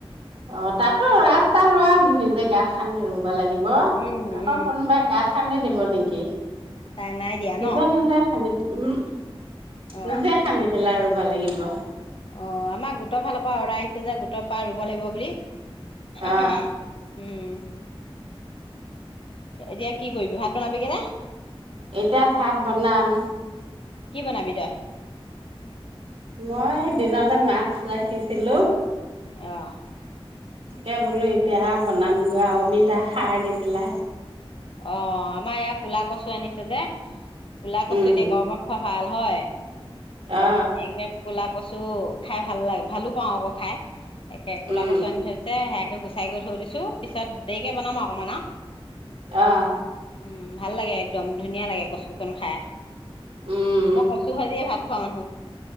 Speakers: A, on the right (about 65°); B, on the left (about 60°).
A: অ তাতো ৰাস্তা ৰ নিজে গাঁত খান্দি ৰোম। লাগিব আকৌ
B: উম উম
A: কোনোবা গাত খান্দি দিব নেকি?
B: তাই নাই দিয়া
A: সিধ
B: ন
A: মজ খান্দি। উম
B: অ
A: নিজে খান্দি পেলা আৰু কিব লাগিব।
B: অ আমাৰ গোটৰ ফালৰ পৰা অৰ্ডাৰ আহিছে যে গোটৰ পৰা ৰুব লাগিব বুলি।
A: অ
B: অহ উম। এতিয়া কি কৰিবি ভাত বনাবি। বেঙেনা।
A: এতিয়া ভাত বনাম।
B: কি বনাবি তই।
A: মই দিনতে মাছ ৰাখিছিলো।
B: আহ
A: তাকে বোলো এতিয়া বনামগৈ অমিতা সাৰ দি পেলাই।
B: অ আমাৰ ইয়াৰ কোলা কচু আনিছে যে কুলা কুচু
A: উম
B: এতিয়া গৰম খোৱা। ভাল হয়।
A: অ
B: একে কলা। কচু খাই ভাল লাগে ভালো পাওঁ আকৌ খাই। সে কোলা
A: উম
B: কচু আনি থৈছে। এয়া গুচাই কৰি থৈ দিছো। পিছত দেৰিকে বনাম অকমানা।
A: অহ
B: উম ভাল লাগে একদম ধুনীয়া লাগে কছু চিকন খায়।
A: উম
B: মই কৈছো আজি ভাত খহ-হ-হ